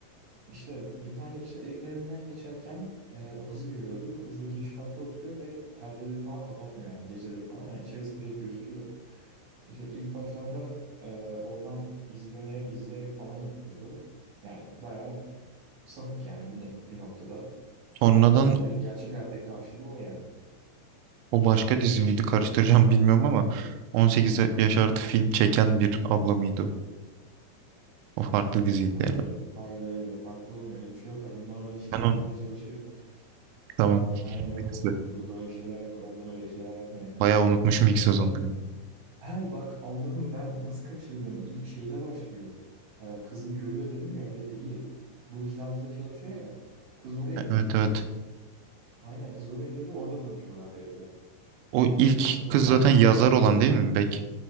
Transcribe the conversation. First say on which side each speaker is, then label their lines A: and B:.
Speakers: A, on the right (about 60°); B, on the right (about 85°).
A: İşte bir tane işte evin önünden geçerken e, o kızı görüyordu. Kız da giriş katta oturuyor ve perdeleri falan kapatmıyor yani geceleri falan. Yani içerisi direkt gözüküyor. İşte ilk başlarda e, oradan izlemeye izleyerek falan yapıyordu. Yani bayağı sapık yani bir, ne- bir noktada.
B: Sonradan
A: Hatta direkt gerçek hayattaki karşılığı o yani.
B: o başka dizi miydi karıştıracağım bilmiyorum ama 18 yaş artı film çeken bir abla mıydı? o? O farklı diziydi
A: Hayır,
B: herhalde.
A: hayır, hayır o farklı oğlum öyle bir şey yok. Kadın normal işinde
B: Ben onu
A: gücünde çalışıyor.
B: tamam.
A: Aynen yok
B: İkisi.
A: bu, burada öyle şeyler yok. Ablan öyle şeyler yapmıyor yani.
B: Bayağı unutmuşum ilk sezonları.
A: On, he bak Allah'ım ben nasıl kaçırdım? İlk şeyde başlıyor. Ee, kızı görüyor dedim ya öyle değil. Bu kitapçıda çalışıyor ya. Kız oraya geliyor.
B: Evet evet.
A: Aynen kız oraya geliyor orada tanışıyorlar belki de.
B: O ilk
A: Zaten
B: kız zaten yazar olan değil mi Bek?